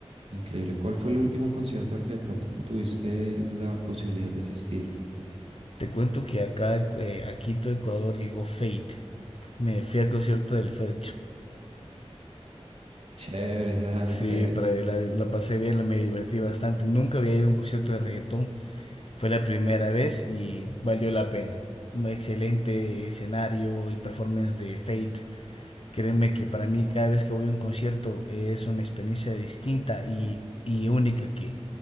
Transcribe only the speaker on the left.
Te cuento que acá, eh, a Quito, Ecuador, llegó Fate. Me fui al concierto del Fercho.
Sí,
pero la, la pasé bien, la- me divertí bastante. Nunca había ido a un concierto de reggaetón. Fue la primera vez y valió la pena. Un excelente escenario, el performance de Fate. Créeme que para mí cada vez que voy a un concierto es una experiencia distinta y, y única que